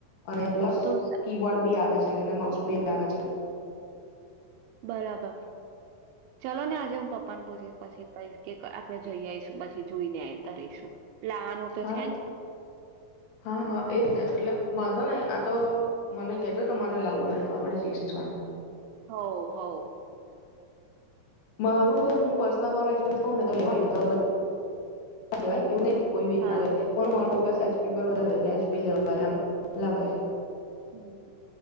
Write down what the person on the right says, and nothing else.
તો સા
બરાબર ચલો ને આજે હું પપ્પા ને પછ પછી કયસ કે આપડે જઈ આવીશું પછી જોઈને આવતા રહીશું. લાવવાનું તો
છે જ
હવ હવ
હા
હમમ